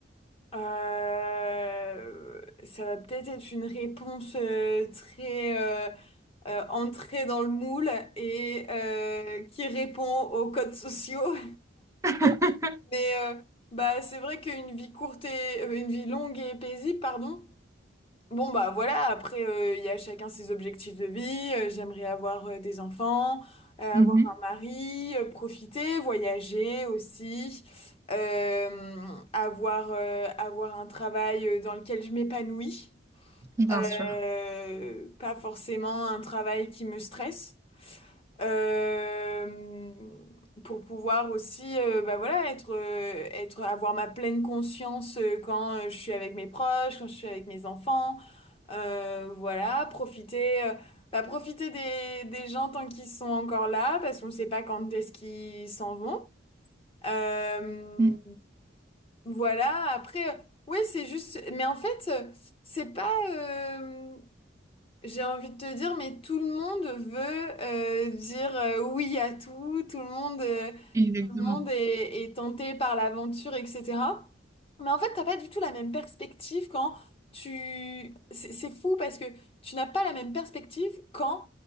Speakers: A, on the left (about 30°); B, on the right (about 15°).
A: Euh, ça va peut-être être une réponse euh, très euh, euh, entrée dans le moule et euh, qui répond aux codes sociaux.
B: <laughs>
A: Mais euh, bah, c'est vrai qu'une vie courte et euh, une vie longue et paisible, pardon, Bon bah voilà, après euh, il y a chacun ses objectifs de vie, Euh, j'aimerais avoir euh, des enfants, euh,
B: Mhm,
A: avoir un mari, euh, profiter, voyager aussi, euh, avoir, euh, avoir un travail euh, dans lequel je m'épanouis,
B: bien
A: Euh,
B: sûr.
A: pas forcément un travail qui me stresse, Euh, pour pouvoir aussi euh, bah voilà, être, euh, être, avoir ma pleine conscience euh, quand euh, je suis avec mes proches, quand je suis avec mes enfants. Euh, voilà, profiter, euh, bah, profiter des, des gens tant qu'ils sont encore là, parce qu'on ne sait pas quand est-ce qu'ils s'en vont. Euh,
B: Mm,
A: voilà, après, euh, ouais, c'est juste, mais en fait, euh, c'est pas, euh, j'ai envie de te dire, mais tout le monde veut euh, dire euh, oui à tout, tout le monde. euh,
B: exactement.
A: le monde est, est tenté par l'aventure, etc. Mais en fait, t'as pas du tout la même perspective quand tu... C'est c'est fou parce que tu n'as pas la même perspective quand